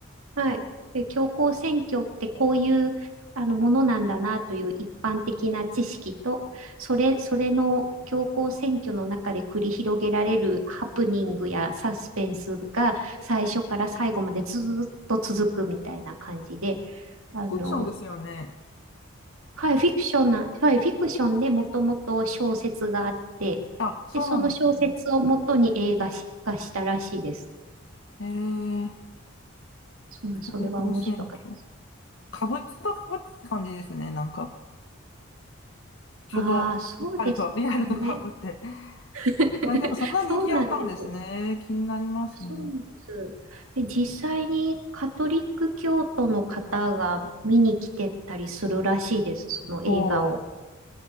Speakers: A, on the right; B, on the left.
A: はい。で教皇選挙ってこういうあのものなんだなという一般的な知識と、それ、それの教皇選挙の中で繰り広げられるハプニングやサスペンスが最初から最後までずーっと続くみたいな感じで、あの、
B: フィクションですよね。
A: はい、フィクションな、はい、フィクションでもともと小説があって、
B: あ、そうなんですね。
A: で、その小説をもとに映画化したらしいです。
B: えー、えー
A: そう、
B: 情報選挙。
A: それは面白かった。
B: かぶ、ちょっとかぶっていい感じですね。なんか、ちょうど、
A: ああ、そうですね。
B: リアルと、リアルとかぶって。
A: <laughs>
B: いや、でもそんな人気あったんですね。
A: そうなんです。
B: 気になりますね。
A: そうなんです。で実際にカトリック教徒の方が見に来てたりするらしいです、その映画を。
B: おお